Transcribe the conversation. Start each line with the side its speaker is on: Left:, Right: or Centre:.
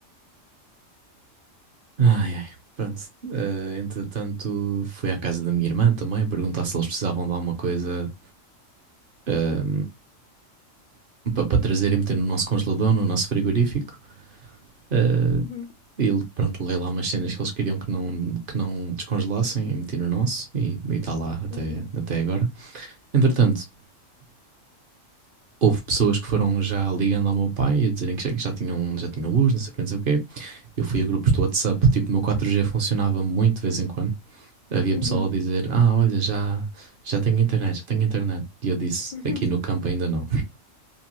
Right: Ai, ai. Pronto. Eh, entretanto, fui à casa da minha irmã também perguntar se eles precisavam de alguma coisa. eh, para trazer e meter no nosso congelador, no nosso frigorífico. Eh,
Left: Uhum,
Right: e pronto, levei lá umas cenas que eles queriam que não, que não descongelassem e meti no nosso e está lá até,
Left: uhum,
Right: até agora. Entretanto, houve pessoas que foram já ligando ao meu pai a dizerem que já, que já tinham, já tinham luz, não sei o que, não sei o quê. Eu fui a grupos do WhatsApp, tipo, o meu 4G funcionava muito de vez em quando. Havia
Left: uhum.
Right: pessoal a dizer, ah, olha, já, já tenho internet, já tenho internet. E eu disse,
Left: Uhum.
Right: aqui no campo ainda não.